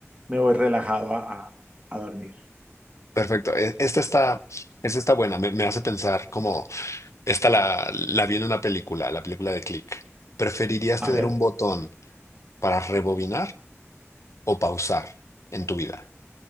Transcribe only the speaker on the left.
perfecto. E- Esta está, esta está buena, me, me hace pensar como, esta la, la vi en una película, la película de Click. ¿Preferirías
tener
un botón para rebobinar o pausar en tu vida?